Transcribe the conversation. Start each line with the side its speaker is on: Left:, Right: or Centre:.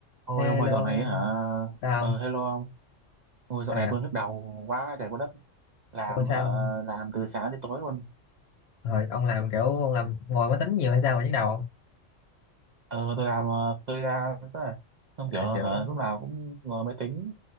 Right: Ôi
Left: Hello,
Right: ông ơi dạo này hả
Left: sao?
Right: Ờ hello ông Ôi
Left: Sao
Right: dạo này
Left: vậy?
Right: tôi nhức đầu quá trời quá đất Làm
Left: Ủa sao?
Right: hả Làm từ sáng đến tối luôn
Left: Hồi ông làm kiểu ông làm ngồi máy tính nhiều hay sao mà nhức đầu không?
Right: Ờ tôi làm ờ, freelance đấy Xong
Left: À,
Right: kiểu hả
Left: kiểu
Right: lúc nào cũng ngồi máy tính